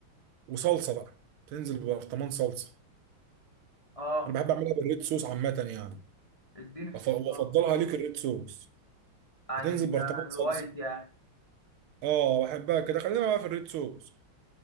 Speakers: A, on the right; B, on the left.
A: وصلصه بقى تنزل ببرطمان صلصه
B: اه
A: انا بحب اعملها بالريد صوص عامه يعني
B: اديني في الصوصات
A: أف- وافضلها ليك الريد صوص
B: عن
A: هتنزل
B: ال...
A: برطمان
B: عن
A: صلصه
B: الوايت يعني
A: اه بحبها كده خلينا بقى في الريد صوص